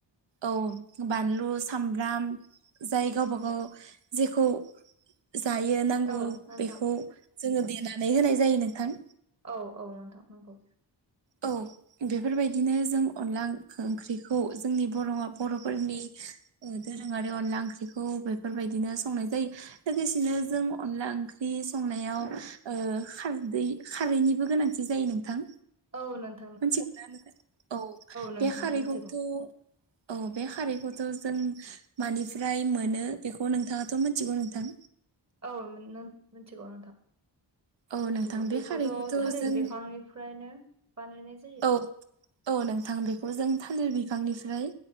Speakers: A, on the right; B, on the right.
A: औ बानलु, सामब्राम जाय गावबा-गाव जेखौ जायो नांगौ
B: औ नोंथां
A: बेखौ जोङो देनानै होनाय जायो नोंथां।
B: औ औ नोंथां नंगौ
A: औ बेफोरबायदिनो जों अनला ओंख्रिखौ जोंनि बर' बर'फोरनि ओ दोरोङारि अनला ओंख्रिखौ बेफोरबायदिनो संनाय जायो। लोगोसेनो जों अनला ओंख्रि संनायाव ओ खारदै खारैनिबो गोनांथि जायो नोंथां
B: औ नो
A: मोनथिग <inaudible> औ
B: नोंथां
A: बे खारैखौथ'
B: मिथिगौ
A: औ बे खारैखौथ' जों मानिफ्राय मोनो बेखौ नोंथाङाथ' मिथिगौ नोंथां
B: औ <unintelligible> मिथिगौ नोंथां
A: औ
B: मिथिगौ
A: नोंथां बे
B: बेखौथ'
A: खारैखौथ'
B: थालिर
A: जों
B: बिफांनिफ्रायनो बानायनाय जा
A: औ-औ नोंथां बेखौ जों थालिर बिफांनिफ्राय